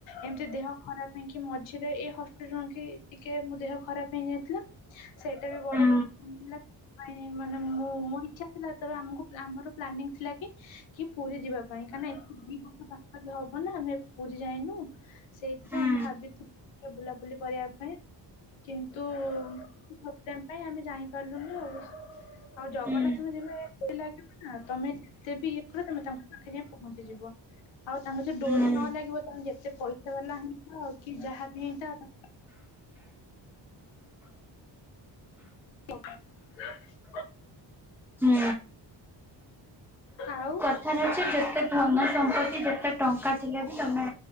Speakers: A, on the left; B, in the centre.
A: ଏମିତି ଦେହ ଖରାପ ହେଇକି ମଝିରେ ଏ ହଷ୍ଟେଲରୁକି ଟିକେ ମୋ ଦେହ ଖରାପ ହେଇଯାଇଥିଲା। ସେଇଟା ବି ବଡ
B: ହୁଁ
A: କମିଲାନି ସେଇଥିପାଇଁ ମାନେ ମୁଁ ମୋ ଇଛା। ଥିଲା ଏତେ ବଳୁ ଆମକୁ ଆମର ପ୍ଲାନିଂ ଥିଲା କି କି ପୁରୀ ଯିବା ପାଇଁ କାଇଁ ନା ଦି ବର୍ଷ ପାଖା ପାଖା ହବ ନା ଆମେ ପୁରୀ ଯାଇନୁ ସେଇଥିପାଇଁ
B: ହୁଁ
A: ଆମେ ଭାବିଥିଲୁ? ବୁଲାବୁଲି କରିବା ପାଇଁ କିନ୍ତୁ <inaudible> ପାଇଁ ଆମେ ଜାଣିପାରିଲୁନି ଆଉ ଆଉ ଜଗନ୍ନାଥଙ୍କ
B: ହୁଁ
A: ଯେବେ ଡୋରି ଲାଗିବ ନା ତମେ ସେବି ଇଏ କରେ ତମେ ତାଙ୍କ ପାଖେ ଯାଇ ପହଞ୍ଚିଯିବ। ଆଉ ତାଙ୍କର ଯଦି ଡୋରି
B: ହୁଁ
A: ନ ଲାଗିବ ତମେ ଯେତେ ପଇସା ବାଲା ହେଇଥା କି ଯାହାବି ହେଇଥାଅ <inaudible>
B: ହୁଁ।
A: ଆଉ
B: କଥାରେ ଅଛି ଯେତେ ଧନ ସମ୍ପତ୍ତି ଯେତେ ଟଙ୍କା ଥିଲେ ବି ତମେ